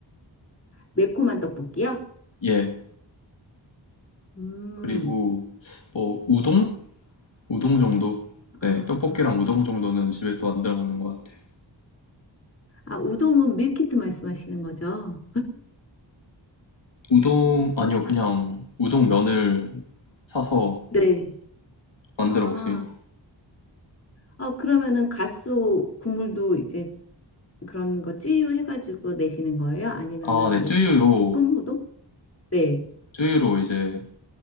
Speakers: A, on the left; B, on the left.
A: 매콤한 떡볶이요?
B: 예.
A: 음,
B: 그리고 뭐 우동? 우동 정도? 네,
A: 아,
B: 떡볶이랑 우동 정도는 집에서 만들어 먹는 것 같아요.
A: 아, 우동은 밀키트 말씀하시는 거죠?
B: 우동 아니요, 그냥 우동 면을 사서
A: 네.
B: 만들어
A: 아,
B: 먹습니다.
A: 아, 그러면은 갓스 국물도 이제 그런 거 찌유해가지고 내시는 거예요? 아니면은
B: 아, 네,
A: 뭐
B: 쯔유로
A: 볶음 우동? 네.
B: 쯔유로 이제